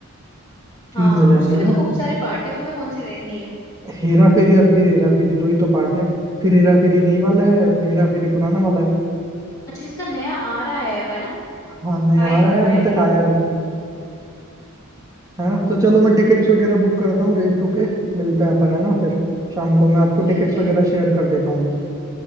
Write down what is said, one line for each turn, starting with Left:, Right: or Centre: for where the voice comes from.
Left: हाँ
Right: तीन हो जाएंगे
Left: उसके
Right: है
Left: भी
Right: ना
Left: तो खूब सारे पार्ट है तुम्हें कौन सी देखनी है
Right: हेरा फेरी और फिर हेरा फेरी दो ही तो पार्ट है फिर हेरा फेरी नई वाला है फिर हेरा फेरी पुराना वाला है
Left: अच्छा इसका नया आ रहा है अब है ना
Right: हाँ नया
Left: आएगा
Right: आ रहा है
Left: आया
Right: अभी
Left: नहीं
Right: तक
Left: है
Right: आया नहीं है ना तो चलो मैं टिकट्स वगैरह बुक करता हूँ रेट टू के मिलते हैं अपन है ना फिर शाम को मैं आपको
Left: ठीक
Right: टिकट्स
Left: है
Right: वगैरह शेयर कर देता हूँ अभी